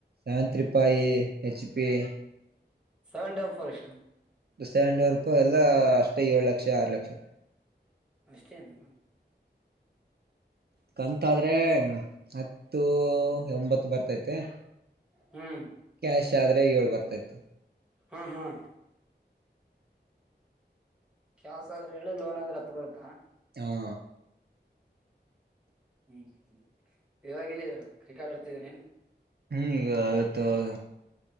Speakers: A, on the right; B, in the centre.
A: ನ್ಯಾನ್ತ್ರಿಪಾಯಿ H P
B: seven double four ಎಷ್ಟು
A: ಸೆಂಡ್ ವರ್ಪ್ ಎಲ್ಲಾ ಅಷ್ಟೇ ಏಳ್ ಲಕ್ಷ ಆರು ಲಕ್ಷ
B: ಅಷ್ಟೇನ
A: ಕಂತಾದ್ರೆ ಹ <inaudible> ಹತ್ತು ಉ ಒಂಬತ್ತು ಬರ್ತೈತೆ
B: ಹ್ಮ್
A: ಶ ಏಳ್ ಬರ್ತೈತೆ
B: ಹ್ಮ್ ಹ್ಮ್ ಕ್ಯಾಸ್ ಆದ್ರೆ ಹೇಳಿ ಲೋನ್ ಆದ್ರೆ ಹತ್ ಬರುತ್
A: ಹಾ
B: ಹ್ಮ್ ಹ್ಮ್ ಇವಾಗ ಎಲ್ಲಿದ್ರ ಕ್ರಿಕೆಟ್ ಆಡ್ತಿದ್ರ ಏನ್
A: ಹ್ಮಗೆ <unintelligible>